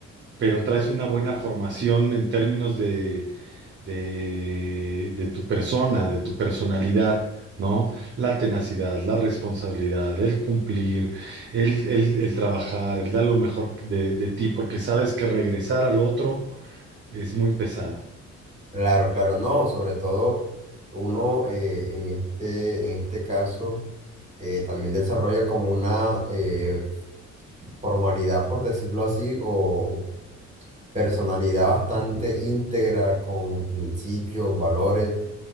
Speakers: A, on the right (about 40°); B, on the right (about 25°).
A: pero traes una buena formación en términos de de, de tu persona, de tu personalidad, ¿no? La tenacidad, la responsabilidad, el cumplir, el, el- el trabajar, el dar lo mejor de, de ti, porque sabes que regresar al otro es muy pesado.
B: Claro, claro, no, sobre todo uno eh, en este, en este caso eh, también desarrolla como una eh, formalidad, por decirlo así, o personalidad bastante íntegra con principios, valores